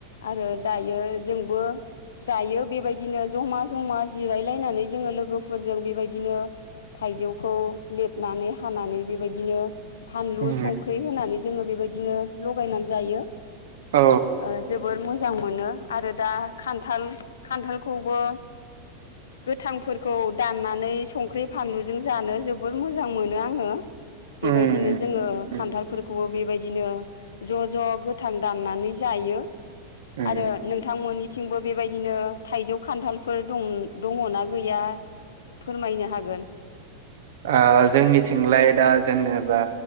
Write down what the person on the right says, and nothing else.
उम
औ
उम
उम
उम
ओ जोंनिथिंलाय दा जेनेबा